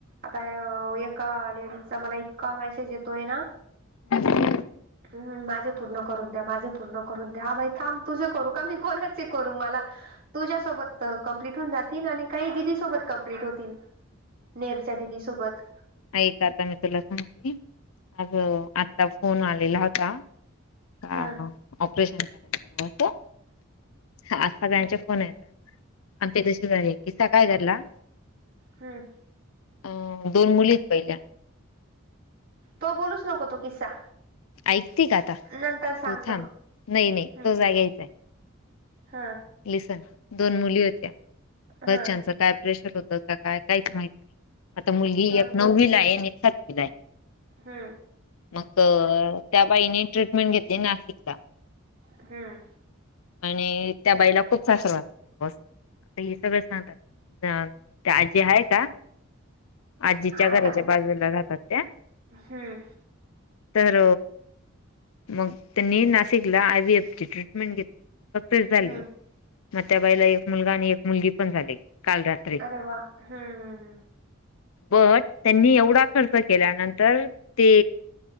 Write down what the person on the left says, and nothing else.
ह.
ऐ का आता मी तुला सांगली अ आता फोन आलेला होता. ह
ऑपरेशन करायचं असं. हा आज सगळ्यांचे फोन येतात आमच्या तशी झा किस्सा काय झारला.
अ दोन मुली आहेत पहिल्या.
ऐकते का आता.
तू थांब. नाही नाही
तुझा घ्यायचा आहे.
लिसन दोन मुली होत्या. घरच्यांच
काय प्रेशर होत का काय काहीच माहत नाही. आता मुलगी
एक नववीला आहे. आणि एक सातवीला आहे.
मग त्या बाईने ट्रीटमेंट घेतली नाशिकला.
आणि त्या बाईला खूप सासरवास अस हे सगळं सांगतात. त्या आजी आहे का? आजीच्या घराच्या
बाजूला राहातात त्या.
तर मग त्यांनी नाशिकला आय बीएफ ची ट्रीटमेंट घेतली. फक्त मग
त्या बाईला एक मुलगा आणि एक मुलगी पण झाली काल रात्री.
बट त्यांनी एवढा खर्च केल्यानंतर ते